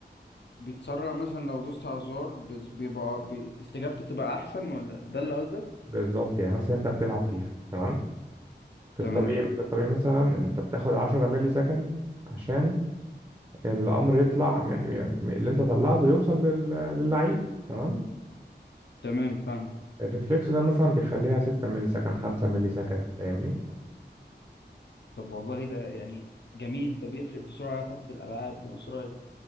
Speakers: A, on the left; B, on the right.
A: بيتسرع مثلا لو دوست على الزرار بيز- بيبقى بي... استجابته تبقى احسن ولا ده اللي قصدك
B: بالظبط يعني مثلا انت بتلعب فيفا تمام في
A: تمام
B: الطبيعي في الطبيعي مثلا انت بتاخد 10 ملي سكند عشان الامر يطلع من من اللي انت طلعته يوصل لل... للعيب تمام
A: تمام فاهم
B: الريفلكس ده مثلا بيخليها 6 ملي سكند 5 ملي سكند فاهمني
A: طب والله ده يعني جميل ده بيفرق في سرعتك في الالعاب وسرعه